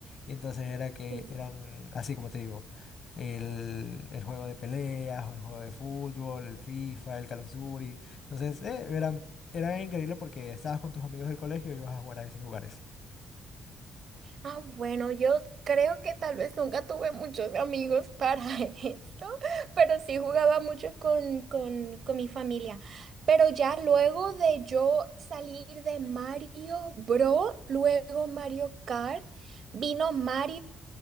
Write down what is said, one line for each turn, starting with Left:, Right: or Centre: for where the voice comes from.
Left: Y entonces era que
Right: Ujú.
Left: eran, así como te digo el, el juego de peleas, o el juego de fútbol, el FIFA, el Call of Duty. Entonces, eh, era, era increíble porque estabas con tus amigos del colegio y ibas a jugar a esos lugares.
Right: Ah, bueno, yo creo que tal vez nunca tuve muchos amigos para <laughs> esto, pero sí jugaba mucho con, con, con mi familia. Pero ya luego de yo salir de Mario Bros, luego Mario Kart, vino Mario